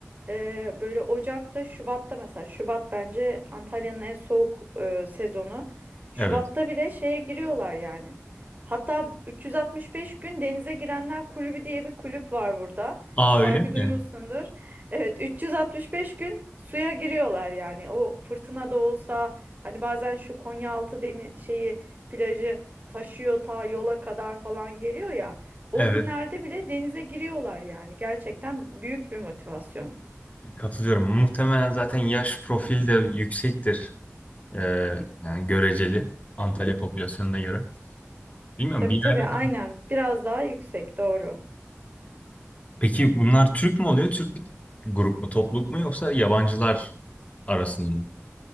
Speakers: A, on the right; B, on the left.
A: e, böyle Ocak'ta Şubat'ta mesela Şubat bence Antalya'nın en soğuk e, sezonu. Şubat'ta
B: Evet.
A: bile şeye giriyorlar yani. Hatta 365 gün denize girenler kulübü diye bir kulüp var burada.
B: Aa öyle
A: Belki
B: mi?
A: duymuşsundur. Evet 365 gün suya giriyorlar yani. O fırtına da olsa hani bazen şu Konyaaltı deni şeyi plajı taşıyor ta yola kadar falan geliyor ya. O
B: Evet.
A: günlerde bile denize giriyorlar yani. Gerçekten büyük bir motivasyon.
B: Katılıyorum. Muhtemelen zaten yaş profili de yüksektir. Ee, yani göreceli. Antalya popülasyonuna göre. Bilmiyorum
A: Tabii
B: bir
A: tabii
B: yerden
A: aynen. Biraz daha yüksek doğru.
B: Peki bunlar Türk mü oluyor? Türk bir grup mu, topluluk mu yoksa yabancılar arasında mı?